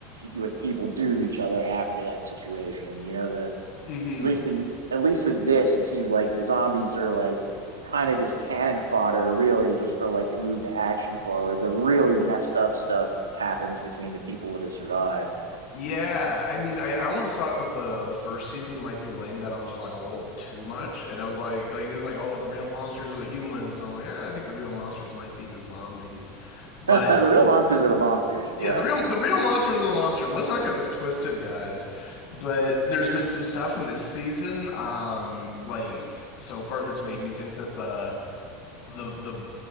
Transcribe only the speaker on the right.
what people do to each other after that situation. You know, the
at least in at least with this, it seems like the zombies are like kind of just cannon fodder, really, just for like to move the action forward. The really messed up stuff happens between the people that have survived.
<laughs>
the real monsters are the monsters.
Yeah,